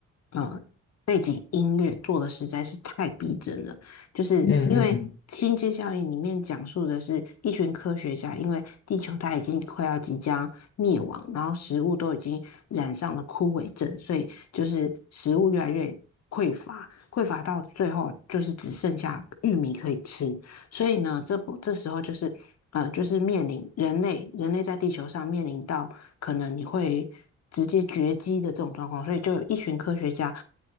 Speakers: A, on the left; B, on the left.
A: 嗯背景音乐做的实在是太逼真了。就是因为《星际效应》里面讲述的是一群科学家，
B: 嗯嗯嗯
A: 因为地球它已经快要即将灭亡，然后食物都已经染上了枯萎症，所以就是食物越来越匮乏，匮乏到最后就是只剩下玉米可以吃。所以呢，这不这时候就是呃，就是面临人类人类在地球上面临到可能你会直接绝迹的这种状况，所以就有一群科学家，